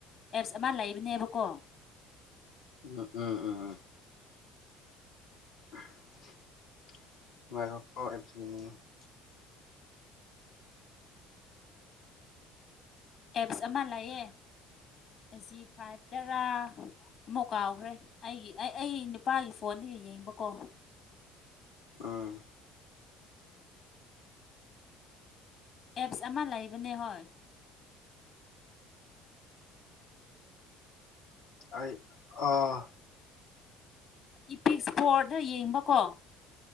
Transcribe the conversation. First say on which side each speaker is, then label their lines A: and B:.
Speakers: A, on the left; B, on the left.
A: ꯑꯦꯞꯁ ꯑꯃ ꯂꯩꯕꯅꯦꯕꯀꯣ
B: ꯎꯝ ꯎꯝ ꯎꯝ ꯎꯝ <inaudible>
A: ꯑꯦꯞꯁ ꯑꯃ ꯂꯩꯌꯦ ꯖꯤ ꯐꯥꯏꯚ ꯇꯔꯥ꯫ ꯑꯃꯨꯛ ꯀꯥꯎꯈ꯭ꯔꯦ ꯑꯩꯒꯤ ꯑꯩ ꯑꯩ ꯅꯨꯄꯥꯒꯤ ꯐꯣꯟꯗꯨꯒ ꯌꯦꯡꯕꯀꯣ꯫
B: ꯎꯝ꯫
A: ꯑꯦꯞꯁ ꯑꯃ ꯂꯩꯕꯅꯦ ꯍꯣꯏ꯫
B: ꯑꯩ ꯑꯣ꯫
A: ꯏꯄꯤꯛ ꯏꯁꯄꯣꯔꯗ ꯌꯦꯡꯕꯀꯣ꯫